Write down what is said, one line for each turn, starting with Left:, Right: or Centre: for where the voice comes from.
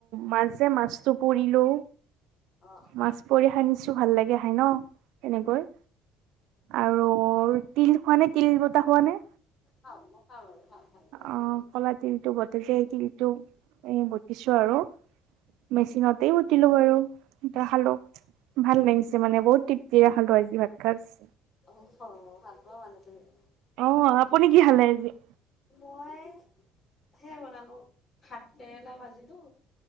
Right: মাছ যে মাছটো পুৰিলো।
Left: অ অ
Right: মাছ পোৰি খাই নিছো ভাল লাগে খাই ন'? এনেকৈ আৰু তিল খোৱা নে, তিল বতা খোৱা নে?
Left: খাওঁ মই খাওঁ বাৰু খাওঁ পাওঁ
Right: অ',
Left: মই।
Right: কলা তিলটো <unintelligible> তিলটো। এ বটিছো আৰু মেচিনতেই গ- লো বাৰু এা খালো ভাল লাগিছে মানে বহুত তৃপ্তিৰে খালো আজি ভাত খাজ-
Left: অ'হ, ভাল পাওঁ মানে তুমি-
Right: অ', আপুনি কি খালে আজি-
Left: মই সেয়া বনালো ভাত কেৰেলা ভাজিলো।